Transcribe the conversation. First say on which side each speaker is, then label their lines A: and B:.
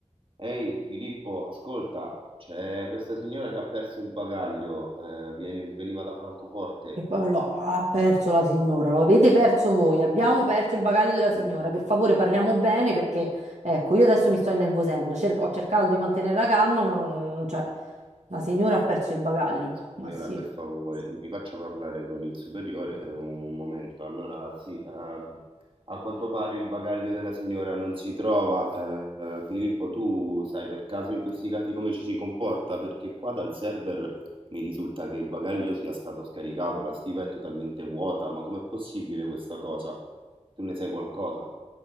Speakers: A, on the right; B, on the right.
A: Ehi Filippo, ascolta, c'è questa signora che ha perso il bagaglio, eh, viene- veniva da Francoforte.
B: E poi lo ah, ha perso la signora, lo avete perso voi, abbiamo perso il bagaglio della
A: Sì.
B: signora, per favore parliamo bene perché, ecco, io adesso mi sto innervosendo, Cerco- ho cercato di mantenere la calma, ma non- cioè, la signora ha perso il bagaglio, ma, ma
A: Signora,
B: sì,
A: per favore, mi faccia parlare con il superiore un momento. Allora, sì, eh, a quanto pare il bagaglio della signora non si trova. Eh, eh, Filippo, tu sai per caso in questi casi come ci si comporta? Perché qua dal server mi risulta che il bagaglio sia stato scaricato, la stiva è totalmente vuota, ma com'è possibile questa cosa? Tu ne sai qualcosa?